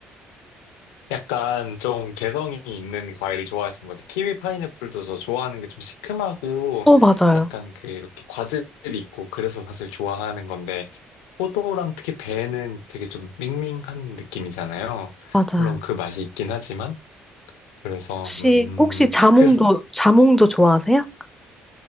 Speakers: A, on the left; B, in the centre.
A: 약간 좀 개성이 있는 과일을 좋아하시는 것 같아요. 키위 파인애플도 저 좋아하는 게 좀 시큼하고
B: 어, 맞아요.
A: 약간 그 이렇게 과즙 있고 그래서 사실 좋아하는 건데 포도랑 특히 배는 되게 좀 밍밍한 느낌이잖아요.
B: 맞아요.
A: 물론 그 맛이 있긴 하지만 그래서
B: 혹시,
A: 음
B: 혹시 자몽도,
A: 그래서
B: 자몽도 좋아하세요?